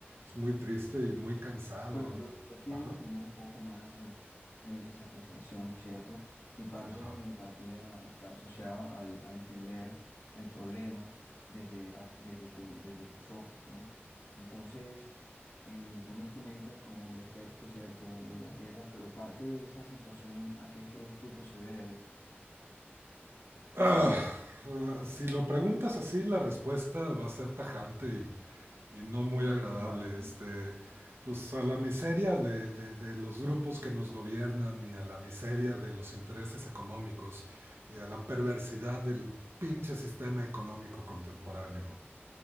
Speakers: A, on the right; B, on the left.
A: es muy triste y muy cansado.
B: Bueno, yo, yo quiero
A: Ajá,
B: entender un poco más el, el- esa frustración, ¿cierto? Y parte
A: ajá.
B: de mi empatía está asociada al, a entender el problema desde, a- desde, tu, desde tus ojos, ¿no? Entonces, eh, tú me comentas como el efecto, ¿cierto?, de, de las guerras, pero parte de esa situación, ¿a qué crees tú que se debe?
A: Ah, ah, si lo preguntas así, la respuesta va a ser tajante y, y no muy
B: Sí, sí,
A: agradable.
B: sí, está bien.
A: Este, pues a la miseria de, de- de los grupos que nos gobiernan y a la miseria de los intereses económicos y a la perversidad del pinche sistema económico contemporáneo.